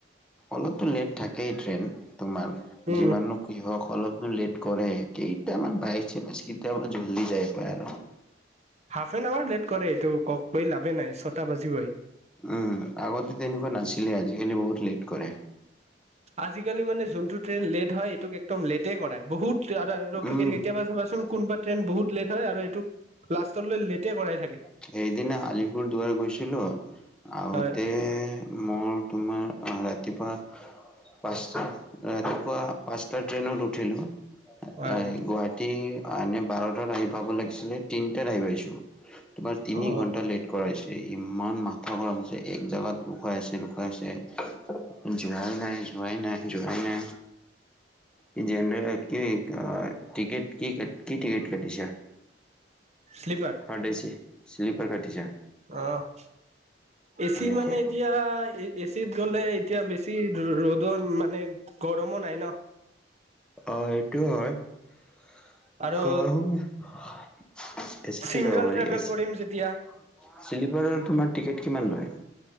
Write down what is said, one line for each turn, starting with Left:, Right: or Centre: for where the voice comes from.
Centre: অলপতো লেট থাকে ট্ৰেইন তোমাৰ
Right: উম
Centre: যিমানু কৃহক অলপ টো লেট কৰে কেইটামান বাই চাঞ্চ কেতিয়া বা জল্দি যায় পায় আৰু।
Right: হাফ এন আৱাৰ লেট কৰে, এইটো কওক কৈ লাভে নাই ছটা বাজিবই।
Centre: উম, আগতে তেনেকুৱা নাছিলে, আজিকালি বহুত লেট কৰে।
Right: আজিকালি মানে, যোনটো ট্ৰেইন লেট হয়, এইটোক একদম লেটে কৰাই। বহুত <unintelligible>
Centre: উম
Right: কেতিয়াবা চাবাচোন? কোনোবা ট্ৰেইন বহুত লেট হয়! আৰু এইটো লাষ্টলৈ লেটে কৰাই থাকে।
Centre: সেইদনা আলিপুৰ দুুৱাৰ গৈছিলোঁ। আহোঁতে
Right: হয়
Centre: মোৰ তোমাৰ, ৰাতিপুৱা পাঁচ, ৰাতিপুৱা পাঁচটাৰ ট্ৰেইনত উঠিলোঁ। এ,
Right: হয়
Centre: গুৱাহাটী এনে, বাৰটাত আহি পাব লাগিছিলে, তিনটাত আহি পাইছোঁ। তোমাৰ, তিনি
Right: অ
Centre: ঘণ্টা লেট কৰাইছে। ইমান মাথা গৰম হৈছে! এক জেগাত ৰখোৱাইছে, ৰখোৱাইছে। যোৱাই নাই, যোৱাই নাই, যোৱাই নাই। কি জেনেৰেল কি, টিকেট কি, কি টিকেট কাটিছা?
Right: শ্লিপাৰ।
Centre: <unintelligible> শ্লিপাৰ কাটিছা?
Right: অ'! এ চি
Centre: এনেকে
Right: মানে, কি হয়! এ চিত গ'লে, এতিয়া বেছি ৰ'দত মানে, গৰমো নাই ন'।
Centre: অ'! এইটো হয়! <unintelligible>
Right: আৰু
Centre: এচিতে
Right: ছিংগল
Centre: যাব পাৰি,
Right: ট্ৰেভেল
Centre: এচিত।
Right: কৰিম যেতিয়া
Centre: শ্লিপাৰ তোমাৰ, টিকেট কিমান লয়?